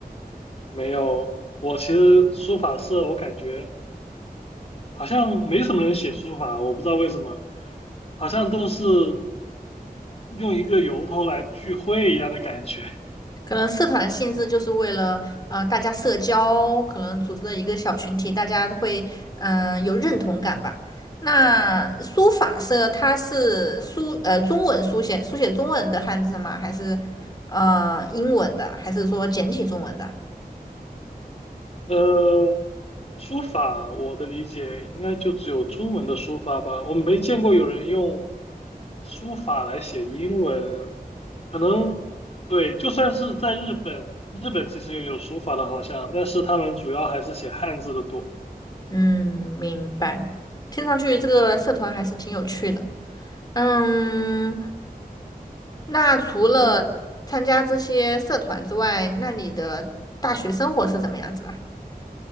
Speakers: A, on the left; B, on the left.
A: 没有，我其实书法社我感觉好像没什么人写书法，我不知道为什么，好像都是用一个由头来聚会一样的感觉。
B: 可能社团的性质就是为了呃大家社交，可能组织的一个小群体，大家会嗯、呃有认同感吧。那书法社它是书呃中文书写书写中文的汉字吗？还是呃英文的？还是说简体中文的？
A: 呃，书法我的理解应该就只有中文的书法吧，我没见过有人用书法来写英文，可能对，就算是在日本，日本其实也有书法的，好像，但是他们主要还是写汉字的多。
B: 嗯，明白。听上去这个社团还是挺有趣的。嗯，那除了参加这些社团之外，
A: 那
B: 那你的大学生活是怎么样子啊？